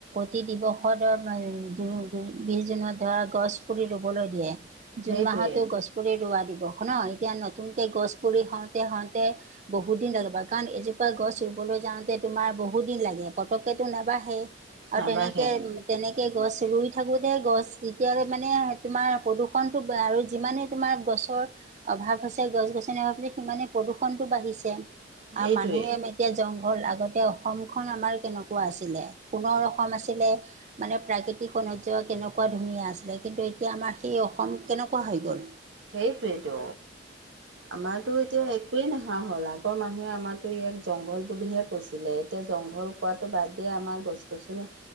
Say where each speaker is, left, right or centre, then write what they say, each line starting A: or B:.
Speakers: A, on the right; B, on the right.
A: কি দিৱসৰ ধ বিশ জুনত ধৰা গছ পুলি ৰুবলৈ দিয়ে। জুন
B: সেইটোৱে
A: মাহতো গছ পুলি ৰোৱা দিৱস ন এতিয়া নতুনকে গছ পুলি হওঁতে হওঁতে বহুত দিন লাগিব কাৰণ এজোপা গছ ৰুবলৈ যাওঁতে তোমাৰ বহুত দিন লাগে পতককেটো নেবাঢ়ে। আৰু
B: নাবাঢ়ে
A: তেনেকে উম তেনেকে গছ ৰুই থাকোতে গছ তেতিয়ালে মানে তোমাৰ প্ৰদূষণ আৰু যিমানে তোমাৰ গছৰ অভাৱ হৈছে গছ গছনিৰ অভাৱ সিমানে প্ৰদূষণটো বাঢ়িছে
B: এইটোৱে
A: আৰু মানুহে এতিয়া জংঘল আগতে অসমখন আমাৰ কেনেকুৱা আছিলে সোণৰ অসম আছিলে। মানে প্ৰাকৃতিক সৌন্দৰ্য্য কেনেকুৱা ধুনীয়া আছিলে। কিন্তু এতিয়া আমাৰ সেই অসম কেনেকুৱা হৈ গ'ল?
B: সেইটোৱেটো, আমাৰটো এতিয়া এ একোৱেই নোহোৱা হ'ল। আগৰ মানুহে আমাৰটো ইয়াক জংঘল বুলিহে কৈছিলে। এতিয়া জংঘল পোৱাটো বাদে আমাৰ গছ - গছনি